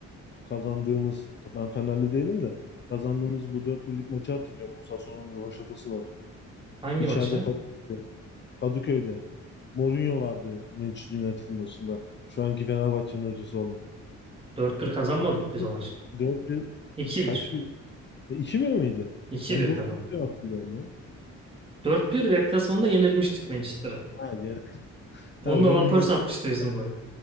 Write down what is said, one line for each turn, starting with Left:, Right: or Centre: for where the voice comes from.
Left: kazandığımız ben Fenerli değilim de kazandığımız bu dört birlik maçı hatırlıyorum. Musa Sow'un rövaşatası var.
Right: Hangi
Left: İçeride
Right: maçı?
Left: kalıyor. Kadıköy'de. Mourinho vardı Manchester United'ın başında. Şu anki Fenerbahçe'nin hocası olan.
Right: 4-1 kazanmadık
Left: Dört
Right: biz
Left: bir,
Right: o maçı.
Left: dört bir,
Right: 2-1.
Left: kaç bir? E, 2-1 miydi?
Right: 2-1
Left: Ben Dört
Right: kazandık.
Left: 1 diye hatırlıyorum lan.
Right: 4-1 deplasmanda yenilmiştik Manchester'a.
Left: Ha yani
Right: Onu
Left: ha, Rooney'nin
Right: da Van Persie
Left: Pogba'nın
Right: atmıştı bizim golü.